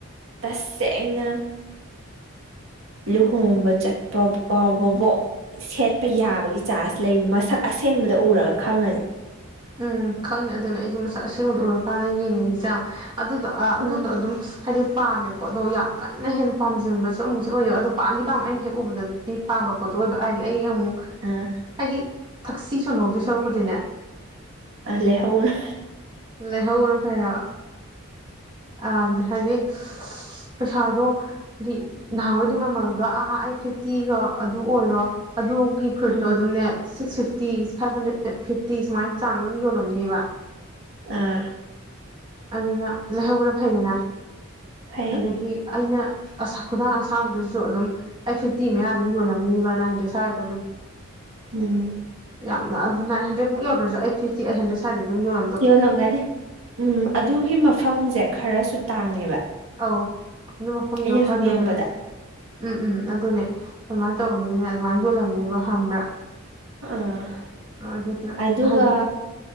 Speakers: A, on the right; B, on the right.
A: ꯇꯁꯦꯡꯅ ꯂꯨꯍꯣꯡꯕ ꯆꯠꯄ ꯐꯥꯎꯕ ꯕꯣꯛ ꯁꯦꯠꯄ ꯌꯥꯕꯒꯤ ꯆꯥꯟꯁ ꯂꯩ ꯃꯁꯛ ꯑꯁꯦꯡꯕꯗ ꯎꯔꯒ ꯈꯪꯉꯅꯤ
B: ꯎꯝ ꯈꯪꯅꯤ ꯑꯗꯨꯅ ꯑꯩꯁꯦ ꯃꯁꯛ ꯑꯁꯦꯡꯕꯗ ꯎꯔꯀꯥꯟꯗ ꯌꯦꯡꯅꯤꯡꯉꯤꯁꯦ ꯑꯗꯨꯗꯣ ꯑꯗꯨꯗꯣ
A: ꯎꯝ
B: ꯑꯗꯨꯝ ꯍꯥꯏꯗꯤ ꯄꯥꯝꯃꯦꯕꯀꯣ ꯑꯗꯣ ꯌꯥꯝ ꯀꯟꯅ ꯍꯦꯟꯅ ꯄꯥꯝꯖꯟꯕꯁꯨ ꯁꯣ ꯑꯃꯨꯛꯁꯨ ꯑꯣꯏꯦꯕ ꯑꯗꯣ ꯄꯥꯝꯗꯤꯥꯝ ꯑꯩꯅ ꯍꯦꯛ ꯎꯕꯗꯗꯤ ꯄꯥꯝꯕ ꯄꯣꯠꯇꯣ ꯑꯣꯏꯕ ꯍꯥꯏꯗꯤ ꯑꯩ ꯑꯃꯨꯛ
A: ꯑꯥ
B: ꯍꯥꯏꯗꯤ ꯊꯛꯁꯤ ꯁꯣꯟꯅꯧꯗꯣꯏ ꯁꯧꯔꯛꯄꯗꯨꯅꯦ
A: ꯑꯂꯦ ꯍꯧꯅ
B: ꯂꯩꯍꯧꯔ ꯐꯩ ꯍꯥꯏꯕ ꯑ ꯍꯥꯏꯗꯤ ꯄꯩꯁꯥꯗꯣ ꯍꯥꯏꯗꯤ ꯅꯍꯥꯟꯋꯥꯣꯏꯗꯤ ꯃꯃꯜꯗꯣ ꯑꯥ ꯑꯩꯠ ꯐꯤꯐꯇꯤꯒ ꯑꯗꯨ ꯑꯣꯏꯔꯣ ꯑꯗꯨ ꯒꯤ ꯐꯨꯔꯤꯠꯇꯣ
A: ꯎꯝ
B: ꯑꯗꯨꯝꯅꯦ six fifty five hundred fifty ꯁꯨꯃꯥꯏꯅ ꯆꯥꯡꯗꯣ ꯑꯗꯨꯝ ꯌꯣꯜꯂꯝꯅꯦꯕ
A: ꯎꯥ
B: ꯑꯗꯨꯅ ꯂꯥꯏꯍꯧꯕꯅ ꯐꯩꯗꯅ
A: ꯐꯩ
B: ꯑꯗꯒꯤ ꯑꯩꯅ ꯈꯨꯗꯥꯡ ꯑꯁꯥꯡꯕꯗꯨꯁꯨ ꯑꯗꯨꯝ ꯑꯩ ꯐꯤꯐꯇꯤ ꯃꯌꯥ ꯑꯗꯨꯝ ꯌꯣꯜꯂꯝꯅꯤꯕ ꯅꯟꯗ꯭ꯔꯦꯠ ꯁ꯭ꯋꯥꯏꯗ ꯑꯗꯨꯝ
A: ꯎꯝ
B: ꯌꯥꯝꯅ ꯑꯗꯨ ꯏꯟ ꯍꯟꯗ꯭ꯔꯗꯃꯨ ꯌꯧꯗ꯭ꯔꯁꯨ ꯑꯩ ꯐꯤꯐꯇꯤ ꯑꯩꯠꯟꯗ꯭ꯔꯦ ꯑꯗꯨꯝ ꯌꯣꯟ
A: ꯌꯣꯜꯂꯝꯒꯅꯤ ꯎꯝ ꯑꯗꯨꯒꯤ ꯃꯐꯝꯁꯦ ꯈꯔꯁꯨ ꯇꯥꯡꯉꯦꯕ
B: ꯑꯧ ꯑꯗꯨꯅ ꯃꯐꯝꯗꯣ
A: ꯑꯩꯅ
B: ꯈꯥꯔꯁꯨ
A: ꯁꯨꯝ ꯌꯦꯡꯉꯛꯄꯗ
B: ꯀꯩꯅꯣ ꯎꯝ ꯎꯝ ꯑꯗꯨꯅꯦ ꯑꯗꯨꯃꯥꯏꯅ ꯇꯧꯕꯅꯤꯅ ꯑꯗꯨꯃꯥꯏꯅ ꯌꯣꯜꯂꯝꯅꯤꯕ ꯈꯪꯕ꯭ꯔꯥ
A: ꯑꯥ
B: ꯑꯗꯨꯅ
A: ꯑꯗꯨꯒ
B: ꯍꯥꯏꯗꯤ